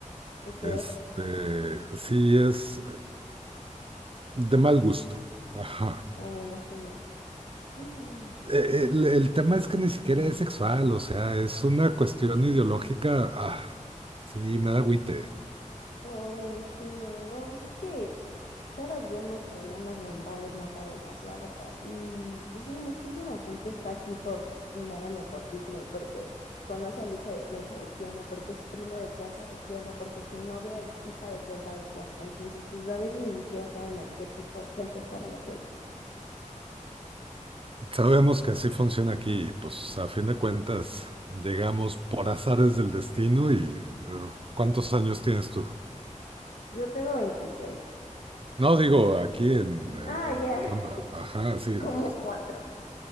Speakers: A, on the left; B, on the right.
A: ok.
B: Este, sí es de mal gusto, ajá.
A: Oh, me imagino. Mm,
B: E- El, el tema es que ni siquiera es sexual, o sea, es una cuestión ideológica, ah, sí, me da agüite.
A: Oh, me imagino. No, pues es que caras vemos problemas mentales, no sabemos, la verdad. Y pues sí, muchísima gente está aquí por mero nepotismo y porque conoce al hijo de quién sabe quién, o porque es primo de quién sabe quién, o porque su novia es hija de quién sabe quién. Entonces, pues a veces ni siquiera saben a qué tipo de gente están metiendo.
B: Sabemos que así funciona aquí, y, pues a fin de cuentas, llegamos por azares del destino y, uh, ¿cuántos años tienes tú?
A: Yo tengo 26.
B: No, digo, aquí en, eh,
A: Ah, ya.
B: en la chamba. Ajá, sí,
A: Como
B: pues,
A: cuatro.